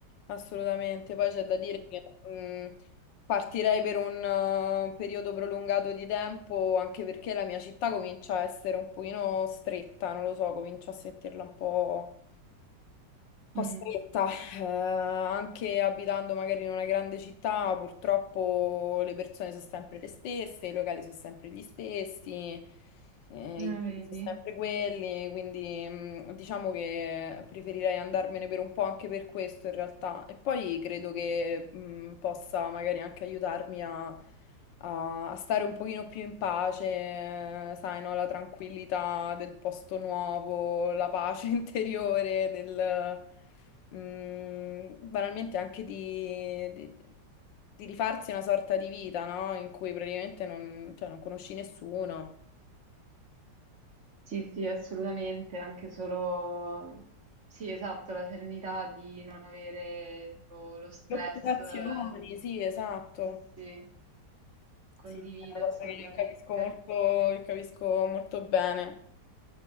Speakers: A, on the left (about 85°); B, on the right (about 40°).
A: Assolutamente. Poi c'è da dire che mh, partirei per un eh, periodo prolungato di tempo, anche perché la mia città comincia a essere un pochino stretta, non lo so, comincio a sentirla un po'. Costretta,
B: Mm,
A: eh, anche abitando magari in una grande città, purtroppo le persone sono sempre le stesse, i locali sono sempre gli stessi, eh,
B: eh,
A: i tipi sono
B: vedi?
A: sempre quelli, quindi mm, diciamo che preferirei andarmene per un po' anche per questo in realtà. E poi credo che mm, possa magari anche aiutarmi a a, a stare un pochino più in pace, eh, sai, no? La tranquillità del posto nuovo, la pace <laughs> interiore, del, mm, banalmente anche di, di- di rifarsi una sorta di vita, no? In cui praticamente non, cioè, non conosci nessuno.
B: Sì, sì, assolutamente, anche solo, sì, esatto, la serenità di non avere tipo lo stress.
A: Preoccupazioni,
B: eh,
A: sì, esatto.
B: Sì, sì. Condivido
A: Sì, è una
B: assolutamente.
A: cosa che capisco molto, che capisco molto bene.